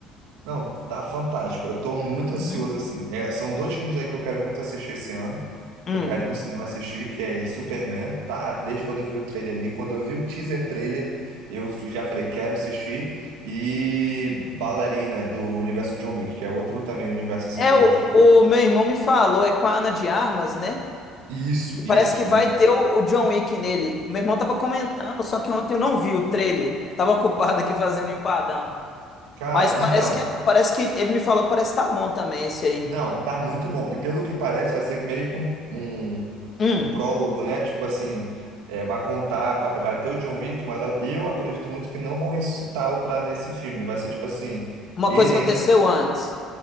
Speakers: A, on the right (about 80°); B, on the left (about 45°).
A: Não, tá fantástico. Eu tô muito ansioso,
B: Uhum.
A: assim. É, são dois filmes aí que eu quero muito assistir esse ano,
B: Hum.
A: que eu quero ir no cinema assistir, que é Superman, tá? Desde quando eu vi o trailer ali, quando eu vi o teaser trailer, eu já falei, quero assistir. E Ballerina, do universo John Wick, que é outro também universo, assim,
B: É,
A: que eu
B: o,
A: gosto muito.
B: o meu irmão me falou, é com a Ana de Armas, né?
A: Isso,
B: E
A: isso,
B: parece que vai
A: isso.
B: ter o, o John Wick nele. Meu irmão tava comentando, só que ontem eu não vi o trailer. Eu tava ocupado aqui fazendo empadão.
A: Cara,
B: Mas parece
A: então,
B: que é- parece que ele me falou que parece que tá bom também esse aí.
A: Não, tá muito bom. E pelo que parece, vai ser meio que um, um,
B: Hum.
A: um prólogo, né? Tipo assim, é, vai contar, vai, vai ter o John Wick, mas eu acredito muito que não vão ressuscitá-lo para nesse filme. Vai ser tipo assim,
B: Uma
A: ele
B: coisa
A: ainda
B: aconteceu antes.